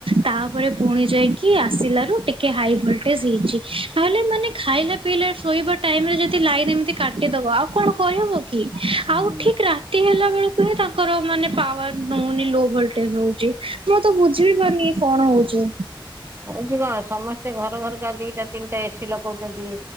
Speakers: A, on the right; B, on the right.
A: ତାପରେ ପୁଣି ଯାଇକି ଆସିଲାରୁ ଟିକେ ହାଇ ଭୋଲଟେଜ ହେଇଛି ନହେଲେ ମାନେ ଖାଇଲା ପିଇଲା ଶୋଇବା ଟାଇମ ରେ ଯଦି ଲାଇନ ଏମିତି କାଟିଦବ ଆଉ କଣ କହିହବ। କି ଠିକ୍
B: ହୁଁ
A: ଆଉ ଠିକ ରାତି ହେଲା ବେଳକୁ ହିଁ ତାଙ୍କର ମାନେ ପାୱାର ନ ଲୋ ଭୋଲଟେଜ ହଉଛି ମୁଁ ତ ବୁଝି ପାରୁନି କଣ ହଉଛି?
B: ହଉଛି କଣ ସମସ୍ତେ ଘର ଘରକା ଦିଟା ତିନିଟା ଏସିି ଲଗଉଛନ୍ତି।